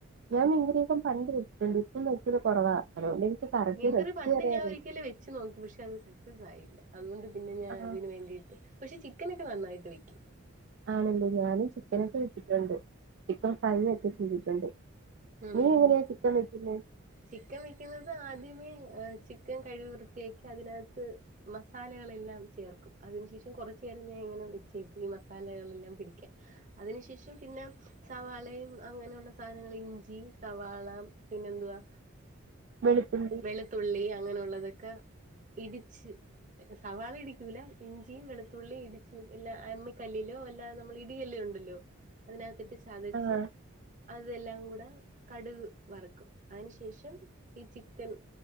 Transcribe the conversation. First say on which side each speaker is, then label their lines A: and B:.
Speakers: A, on the right; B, on the right.
A: ഞാൻ ഇങ്ങനെയൊക്കെ പണ്ട് വെച്ചിട്ടുണ്ട് ഇപ്പൊ നോക്കല് കുറവാ അതുകൊണ്ട് എനിക്ക് കറക്റ്റ്
B: നിങ്ങരു
A: റെസിപ്പി
B: പണ്ട്
A: വരെ
B: ഞാൻ
A: അറിയില്ല
B: ഒരിക്കലും വെച്ച് നോക്കി പക്ഷെ അത് സക്സസ് ആയില്ല അതുകൊണ്ട് പിന്നെ ഞാൻ
A: ആഹ്
B: അതിന് വേണ്ടീട്ട് പക്ഷെ ചിക്കനൊക്കെ നന്നായിട്ട് വെക്കും
A: ല്ല ഞാനും ചിക്കൻ
B: ഉം
A: ഒക്കെ വെച്ചുട്ടിട്ടുണ്ട് ചിക്കൻ ഫ്രൈ ഒക്കെ ചെയ്തിട്ടുണ്ട്
B: ഉ
A: നീ എങ്ങനെയാ ചിക്കൻ വെക്കുന്നെ
B: ചിക്കൻ വെക്കുന്നത് ആദ്യമേ ചിക്കൻ കഴികി ലേക്ക് അതിനകത്തേക്ക് മസാലകൾ എല്ലാം ചേർക്കും അതിന് ശേഷം കുറച്ച് നേരം ഞാൻ ഇങ്ങനെ വെക്കും മസാലകൾ എല്ലാം പിടിക്ക അതിൻ ശേഷം പിന്നെ സവാളയും അങ്ങന ഉള്ള സാധനങ്ങൾ ഇഞ്ചി സവാള പിന്നെ എന്തു വാ
A: വെളുത്തുള്ളി
B: വെളുുള്ളി അങ്ങനെയുള്ളതൊക്കെ ഇടിച്ച് സവാള ഇടിക്കൂല ഇഞ്ചിയും വെളുത്തുള്ളിയും ഇടിച്ചു എല്ല അമ്മിക്കല്ലിലോ അല്ലാ നമ്മള് ഇടികല്ലോോ അതിനക് ചതച്ച്
A: ആഹ്
B: അതെല്ലാം കൂ കടുക് വറക്കും അതിനുശേഷം ഈ ചിക്കൻ